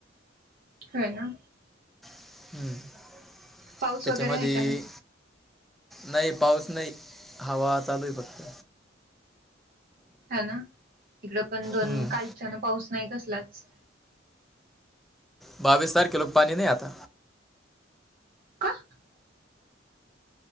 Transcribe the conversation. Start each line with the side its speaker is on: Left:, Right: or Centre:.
Right: हो ना,
Centre: <unintelligible>
Right: पाऊस
Centre: त्याच्यामध्ये
Right: वगैरे आहे का नाही
Centre: नाही पाऊस नाह, हवा चालू आहे फक्त
Right: ह ना, इकड पण दोन
Centre: हम्म.
Right: कालच्या ना पाऊस नाही कसलाच
Centre: बावीस हजार कलोक पाणी नाही आता
Right: का? <unintelligible>